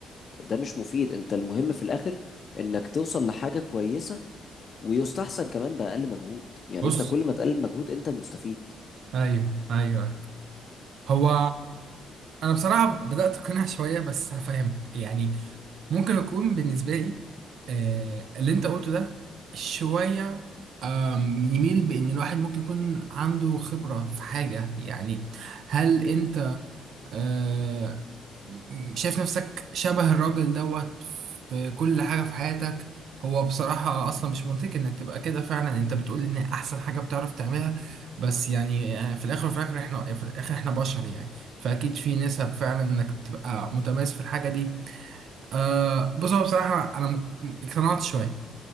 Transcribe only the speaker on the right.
بص
ايوه ايوه أيوه. هو انا بصراحه بدات اقتنع شويه بس هفهمك يعني ممكن يكون بالنسبة لي آه، اللي انت قلته ده شوية آم، يميل بأن الواحد ممكن يكون عنده خبرة في حاجة يعني هل انت آه، م- شايف نفسك شبه الراجل دوت في كل حاجة في حياتك هو بصراحة أصلا مش منطقي إنك تبقى كده فعلا أنت بتقول إن أحسن حاجة بتعرف تعملها بس يعني آه، في الآخر وفي الآخر إحنا في الآخر إحنا بشر يعني فأكيد في نسب فعلا إنك تبقى متميز في الحاجة دي أه بص هو بصراحة أنا م- اقتنعت شوية